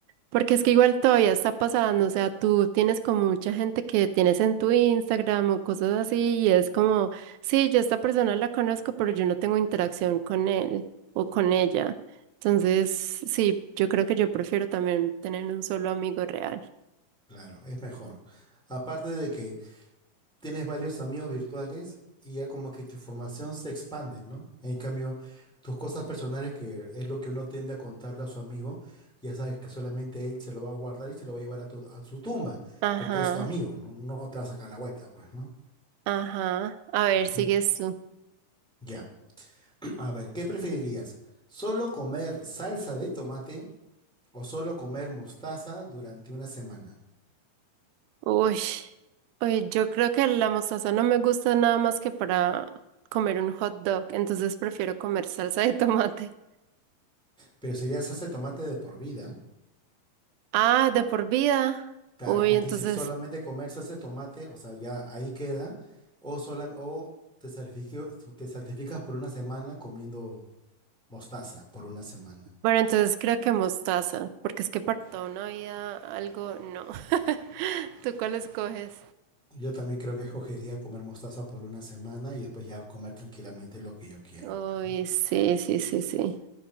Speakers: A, on the right; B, in the centre.
A: porque es que igual todavía está pasando, o sea, tú tienes como mucha gente que tienes en tu Instagram o cosas así, y es como, sí, yo a esta persona la conozco, pero yo no tengo interacción con él o con ella. Entonces, sí, yo creo que yo prefiero también tener un solo amigo real.
B: claro, es mejor. Aparte de que tienes varios amigos virtuales y ya como que tu información se expande, ¿no? En cambio, tus cosas personales, que es lo que uno tiende a contarle a su amigo, ya sabes que solamente él se lo va a guardar y se lo va a llevar a, tu- a su tumba,
A: Ajá,
B: porque es tu amigo, ¿no? No te va a sacar la vuelta, pues, ¿no?
A: ajá. A ver,
B: Ujú.
A: sigues tú.
B: Ya, <clears throat> a ver, ¿qué preferirías? ¿Solo comer salsa de tomate o solo comer mostaza durante una semana?
A: Uy, uy, yo creo que la mostaza no me gusta nada más que para comer un hot dog, entonces prefiero comer salsa de tomate.
B: Pero sería salsa de tomate de por vida.
A: Ah, de por vida.
B: Claro,
A: Uy,
B: acá
A: entonces,
B: te dice solamente comer salsa de tomate, o sea, ya ahí queda, o, solam- o te sacrificas, te sacrificas por una semana comiendo mostaza por una semana.
A: bueno, entonces creo que mostaza, porque es que para toda una vida algo no. <laughs> ¿Tú cuál escoges?
B: Yo también creo que escogería comer mostaza por una semana y después ya comer tranquilamente lo que yo quiero,
A: Uy,
B: pues, ¿no?
A: sí, sí, sí, sí.